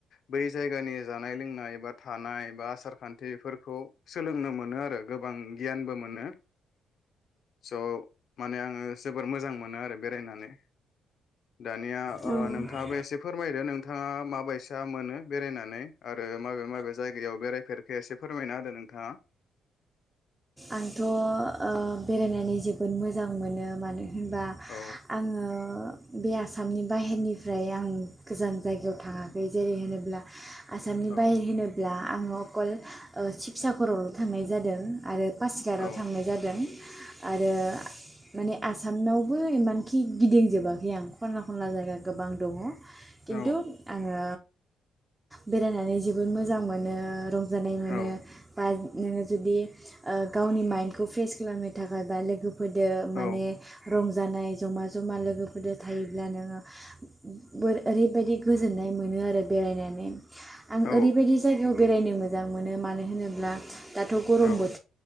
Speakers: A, on the left (about 60°); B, on the right (about 15°).
A: बै जायगानि जानाय लोंनाय बा थानाय बा आसार खान्थिफोरखौ सोलोंनो मोनो आरो गोबां गियानबो मोनो स' माने आङो जोबोर मोजां मोनो आरो बेरायनानै। दानिया
B: आंथ'
A: नोंथाङाबो एसे फोरमायदो? नों नोंथाङा माबायसा मोनो बेरायनानै आरो माबे माबे जायगायाव बेरायफेर इसे फोरमायना होदो नोंथाङा?
B: आंथ' ओ बेरायनानै जोबोद मोजां मोनो मानो बा
A: औ
B: आङो बे आसामनि बाहेरनिफ्राय आं गोजान जायगायाव थाङाखै जेरै होनोब्ला आसामनि
A: औ
B: बाहेर होनोब्ला आङो अकल शिबसागराव थांनाय जादो। आरो पासिघाताव
A: औ
B: थांनाय जादों आरो माने आसामावबो इमानखि गिदिंजोबाखै आं खनला खनला जायगा गोबां दङ खिन्थु
A: औ
B: आङो बेरायनानै जोबोद मोजां मोनो रंज जानाय मोनो
A: औ
B: बा नोङो जुदि ओ गावनि माइन्डखौ फ्रेस खालामनो थाखाय बा लोगो फोदो
A: औ
B: माने रं जानाय जमा जमा लोगोफोरजों थायोब्ला नोङो बोर ओरैबायाददि गोजोननाय मोनो आरो बेरायनानै आं
A: औ
B: ओरैबायदि जायगायाव बेरायनोमोन मोजां मोनो मानो होनोब्ला दाथ' गरम
A: औ
B: बोथोर थोर